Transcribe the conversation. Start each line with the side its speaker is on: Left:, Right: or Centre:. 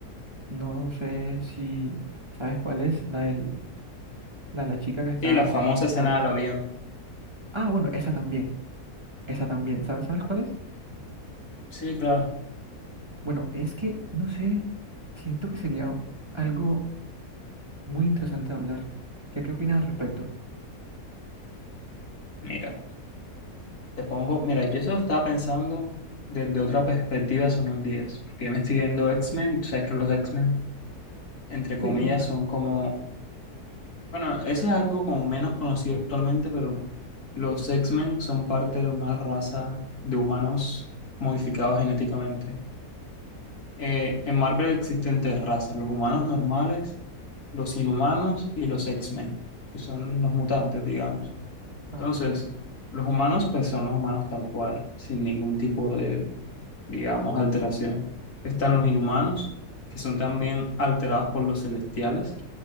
Right: no sé si sabes cuál es, la del- la de la chica que está
Left: Sí, la
Right: a
Left: famosa
Right: punto de suicidarse.
Left: escena del avión.
Right: Ah, bueno, esa también, esa también, ¿sabes, sabes cuál es?
Left: Sí, claro.
Right: Bueno, es que, no sé, siento que sería algo muy interesante de hablar. ¿Qué, qué opinas al respecto?
Left: Mira, te pongo, mira, yo eso estaba pensando desde otra perspectiva hace unos días, porque yo me estoy viendo X-Men, y tú sabes que los X-Men, entre comillas,
Right: Sí, sí, claro.
Left: son como, bueno, eso es algo como menos conocido actualmente, pero los X-Men son parte de una raza de humanos modificados genéticamente eh, en Marvel existen tres razas, los humanos normales, los inhumanos y los X-Men, que son los mutantes, digamos.
Right: Ajá.
Left: Entonces, los humanos, pues son los humanos tal cual, sin ningún tipo de, digamos, alteración. Están
Right: Ujú.
Left: los inhumanos, que son también alterados por los celestiales,